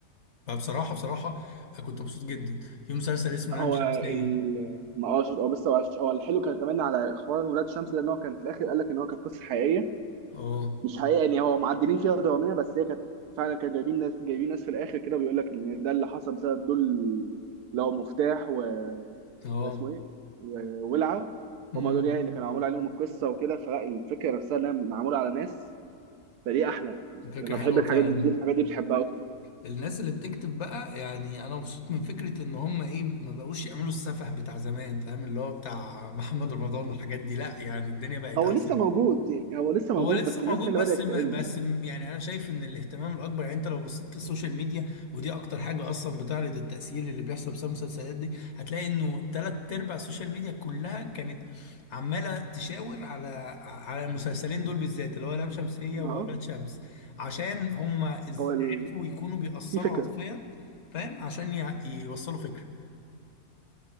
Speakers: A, on the left; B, on the right.
A: فبصراحه بصراحه كنت مبسوط جدا في مسلسل اسمه
B: هو
A: لام شمسيه
B: ال ما اه شفت- هو بس هو هو الحلو كان كمان على حوار ولاد شمس ده ان هو كان في الاخر قال لك ان هو كانت قصه حقيقيه
A: اه
B: مش حقيقة يعني هو معدلين فيها دراميا بس هي كانت فعلا كانوا جايبين ناس جايبين ناس في الآخر كده بيقول لك إن ده اللي حصل بسبب دول لو مفتاح و...
A: اه
B: واسمه إيه و- وولعة
A: امم
B: هما دول يعني اللي كانوا معمول عليهم القصة وكده فلا الفكرة نفسها إنها معمولة على ناس فدي أحلى
A: فكره
B: أنا
A: حلوه
B: بحب الحاجات
A: فعلا
B: دي دي- الحاجات دي بحبها أكتر
A: الناس اللي بتكتب بقى يعني انا مبسوط من فكره ان هم ايه ما بقوش يعملوا السفه بتاع زمان فاهم اللي هو بتاع محمد رمضان والحاجات دي لا يعني الدنيا بقت
B: هو
A: احسن
B: لسه موجود يعني هو لسه موجود
A: هو لسه
B: بس
A: موجود
B: الناس هي
A: بس
B: اللي بدأت
A: م-
B: تقل
A: بس
B: يعني
A: م- يعني انا شايف ان الاهتمام الاكبر يعني انت لو بصيت في السوشيال ميديا ودي اكتر حاجه اصلا بتعرض التاثير اللي بيحصل بسبب المسلسلات دي هتلاقي انه تلات ارباع السوشيال ميديا كلها كانت عماله تشاور على على المسلسلين دول بالذات اللي هو لام شمسيه واولاد
B: أه
A: شمس عشان هم إز-
B: هو ال...
A: عرفوا يكونوا بيأثروا
B: في فكرة
A: عاطفيا فاهم عشان ي- يوصلوا فكره